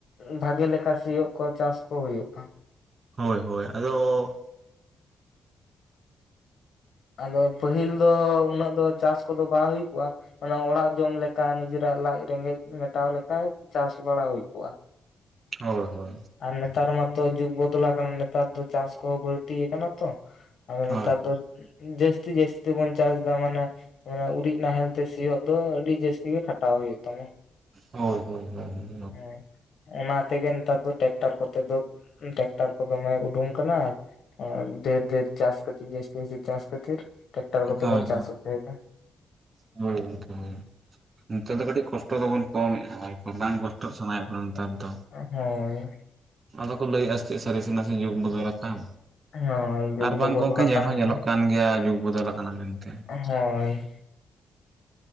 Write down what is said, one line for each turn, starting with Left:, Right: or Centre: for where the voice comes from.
Left: ᱵᱷᱟᱜᱮ ᱞᱮᱠᱟ ᱥᱤᱭᱳᱜ ᱠᱚ ᱪᱟᱥ ᱠᱚ ᱦᱳᱭᱳᱜ-ᱟ᱾
Right: ᱦᱳᱭ ᱦᱳᱭ ᱟᱫᱚ
Left: ᱟᱫᱚ ᱯᱟᱹᱦᱤᱞ ᱫᱚ ᱩᱱᱟᱹᱜ ᱫᱚ ᱪᱟᱥ ᱠᱚᱫᱚ ᱵᱟᱝ ᱦᱩᱭ ᱠᱚᱜ-ᱟ᱾ ᱚᱱᱟ ᱚᱲᱟᱜ ᱡᱚᱢ ᱞᱮᱠᱟ ᱱᱤᱡᱮᱨᱟᱜ ᱞᱟᱡ ᱨᱮᱸᱜᱮᱡ ᱢᱮᱴᱟᱣ ᱞᱮᱠᱟᱭ ᱪᱟᱥ ᱵᱟᱲᱟ ᱦᱩᱭ ᱠᱚᱜ-ᱟ᱾
Right: ᱦᱳᱭ ᱦᱳᱭ᱾
Left: ᱟᱨ ᱱᱮᱛᱟᱨ ᱢᱟᱛᱚ ᱡᱩᱜᱽ ᱵᱚᱫᱚᱞ ᱟᱠᱟᱱᱟ ᱱᱮᱛᱟᱨ ᱫᱚ ᱪᱟᱥ ᱠᱚ ᱵᱟᱹᱲᱛᱤ ᱟᱠᱟᱱᱟ ᱛᱚ᱾ ᱟᱫᱚ
Right: ᱦᱳᱭ
Left: ᱱᱮᱛᱟᱨ ᱫᱚ ᱡᱟᱹᱥᱛᱤ ᱡᱟᱹᱥᱛᱤ ᱵᱚᱱ ᱪᱟᱥᱫᱟ ᱢᱟᱱᱮ ᱢᱟᱱᱮ ᱩᱨᱤᱡ ᱱᱟᱦᱮᱞ ᱛᱮ ᱥᱤᱭᱳᱜ ᱫᱚ ᱟᱹᱰᱤ ᱡᱟᱹᱥᱛᱤ ᱜᱮ ᱠᱷᱟᱴᱟᱣ ᱦᱳᱭᱳᱜ ᱛᱟᱢᱟ᱾
Right: ᱦᱳᱭ ᱦᱳᱭ ᱦᱳᱭ᱾
Left: ᱦᱮᱸ ᱚᱱᱟ ᱛᱮᱜᱮ ᱱᱮᱛᱟᱨ ᱫᱚ ᱴᱮᱠᱴᱟᱨ ᱠᱚᱛᱮ ᱫᱚ ᱴᱮᱠᱴᱟᱨ ᱠᱚ ᱫᱚᱢᱮ ᱩᱰᱩᱝ ᱠᱟᱱᱟ ᱟᱨ ᱰᱷᱮᱨ ᱰᱷᱮᱨ ᱪᱟᱥ ᱠᱷᱟᱹᱛᱤᱨ ᱡᱟᱹᱥᱛᱤ ᱡᱟᱹᱥᱛᱤ ᱪᱟᱥ ᱠᱷᱟᱹᱛᱤᱨ ᱴᱮᱠᱴᱟᱨ ᱠᱚᱛᱮ
Right: ᱦᱳᱭ
Left: ᱵᱚᱱ ᱪᱟᱥ ᱦᱚᱪᱚᱭᱮᱫᱟ
Right: ᱦᱳᱭ ᱜᱚᱝᱠᱮ ᱦᱳᱭ ᱱᱮᱛᱟᱨ ᱫᱚ ᱠᱟᱹᱴᱤᱡ ᱠᱚᱥᱴᱚ ᱫᱚᱵᱚᱱ ᱠᱚᱢᱮᱫ-ᱟ ᱟᱨ ᱵᱟᱝ ᱠᱚᱥᱴᱚᱜ ᱥᱟᱱᱟᱭᱮᱫ ᱵᱚᱱᱟ ᱱᱮᱛᱟᱨ ᱫᱚ
Left: ᱦᱳᱭ
Right: ᱟᱫᱚ ᱠᱚ ᱞᱟᱹᱭᱮᱫ-ᱟ ᱪᱮᱫ ᱥᱟᱹᱨᱤ ᱥᱮ ᱱᱟᱥᱮ ᱡᱩᱜᱽ ᱵᱚᱫᱚᱞ ᱟᱠᱟᱱ
Left: ᱦᱳᱭ ᱡᱩᱜᱽ
Right: ᱟᱨ ᱵᱟᱝ
Left: ᱫᱚ ᱵᱚᱫᱚᱞ
Right: ᱜᱚᱝᱠᱮ ᱧᱮᱞ
Left: ᱟᱠᱟᱱ
Right: ᱦᱚᱸ
Left: ᱜᱮᱭᱟ
Right: ᱧᱮᱞᱚᱜ ᱠᱟᱱ ᱜᱮᱭᱟ ᱡᱩᱜᱽ ᱵᱚᱫᱚᱞ ᱟᱠᱟᱱᱟ ᱢᱮᱱᱛᱮ᱾
Left: ᱦᱳᱭ